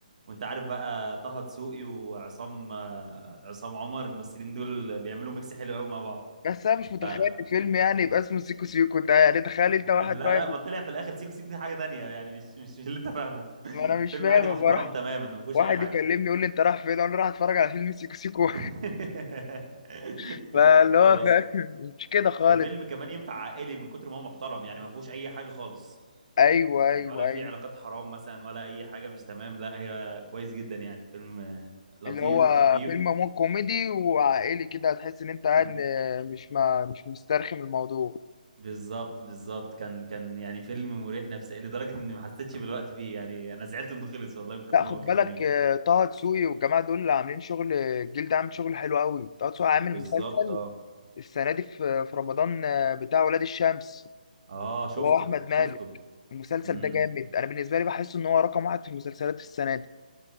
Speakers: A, on the right; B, on the left.
A: وأنت عارف بقى طه دسوقي وعصام آه، عصام عمر الممثلين دول بيعملوا ميكس حلو قوي مع بعض
B: بس انا مش
A: فلا
B: متخيل الفيلم يعني يبقى اسمه سيكو سيكو انت يعني تخيل
A: <laughs>
B: انت واحد
A: لا
B: رايح
A: لا ما طلع في الآخر سيكو سيكو دي حاجة تانية يعني مش مش مش اللي أنت فاهمه
B: انا
A: <laughs>
B: مش
A: فيلم
B: فاهم
A: عادي
B: ابقى
A: محترم
B: راح
A: تماما ما فيهوش
B: واحد
A: أي حاجة
B: يكلمني يقول لي انت رايح فين اقول له رايح اتفرج على فيلم سيكو سيكو
A: <laughs>
B: <laughs> فاللي هو
A: هو
B: فاهم مش كده خالص
A: ده فيلم كمان ينفع عائلي من كتر ما هو محترم يعني ما فيهوش اي حاجه خالص
B: ايوه ايوه
A: يعني ولا في
B: ايوه
A: علاقات حرام مثلا ولا اي حاجه مش تمام لا هي كويس جدا يعني فيلم آه، لطيف
B: اللي هو
A: وخفيف
B: فيلم مو كوميدي وعائلي كده هتحس ان انت قاعد
A: م-
B: م- مش ما مش مسترخم الموضوع
A: بالظبط بالظبط كان كان يعني فيلم مريح نفسيا لدرجه اني ما حسيتش بالوقت فيه يعني انا زعلت انه خلص والله من كتر
B: لا خد
A: ما هو كان
B: بالك
A: جميل
B: آه، طه دسوقي والجماعه دول اللي عاملين شغل الجيل ده عامل شغل حلو قوي طه دسوقي عامل
A: بالظبط
B: مسلسل
A: اه
B: السنه دي في في رمضان آه، بتاع ولاد الشمس
A: اه شفته
B: هو احمد
A: شفته
B: مالك المسلسل
A: امم
B: ده جامد انا بالنسبه لي بحس ان هو رقم واحد في المسلسلات في السنه دي